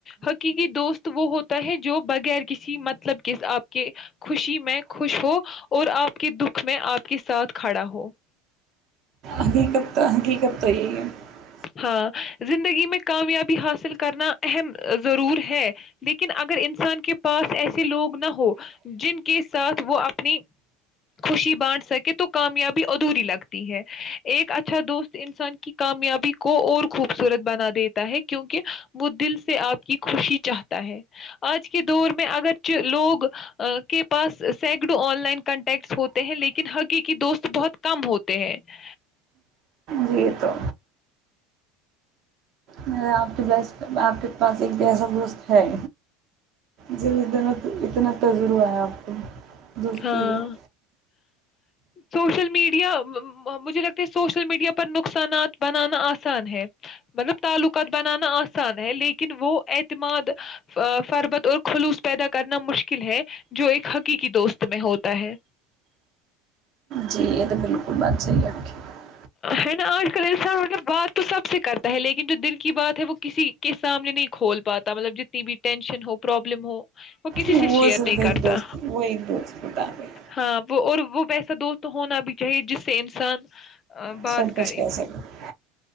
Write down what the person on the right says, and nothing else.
حقیقت تو حقیقت تو یہ ہے <unintelligible>
جی یہ تو مے آپ کے بیسٹ آپ کے پاس ایک جسا دوست ہے جب اتنا اتنا تجرب آیا آپ کو دوستی
کا
جی یہ تو بالکل بات صاہی آپ کی <unintelligible>
وہ
رگ
ایک
دوست وہ ایک دوست بتاے <unintelligible>
سب کچھ
کہہ
سکیں